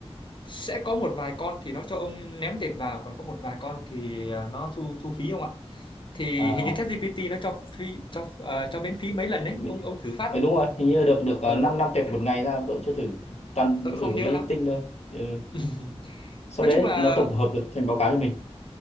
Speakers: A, on the left; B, on the left.
A: sẽ có một vài con thì nó cho ông ném tiền vào còn có một vài con thì à, nó thu thu phí không ạ thì
B: à
A: hình như ChatGPT nó cho phí cho ờ, cho miễn phí mấy lần đấy
B: mình-
A: ông ông thử phát
B: Ê, đúng rồi hình như được được
A: ờ
B: 5 năm năm tệp một ngày ra tôi cũng chưa thử toàn
A: tôi cũng
B: thử
A: không
B: mấy
A: nhớ
B: cái
A: lắm
B: linh tinh thôi ừ.
A: <laughs>
B: sau
A: nói
B: đấy
A: chung là
B: nó tổng hợp được thành báo cáo cho mình